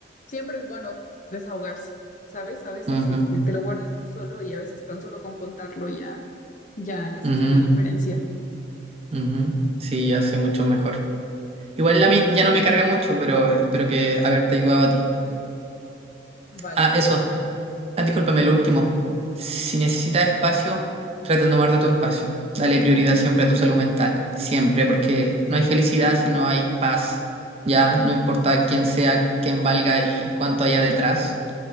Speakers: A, on the left; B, on the right.
A: siempre es bueno desahogarse, ¿sabes? A veces
B: Ujú,
A: este, te lo guardas tú solo y a veces tan solo con contarlo ya, ya haces
B: ujú,
A: una diferencia.
B: ujú. Sí, ya sé mucho mejor. Igual la min ya no me carga mucho, pero espero que haberte ayudado a ti.
A: Vale,
B: Ah,
A: pues.
B: eso. Ah, discúlpame, lo último. Si necesitas espacio, trata de tomarte tu espacio. Dale prioridad siempre a tu salud mental. Siempre, porque no hay felicidad si no hay paz. Ya, no importa quién sea, quién valga y cuánto haya detrás,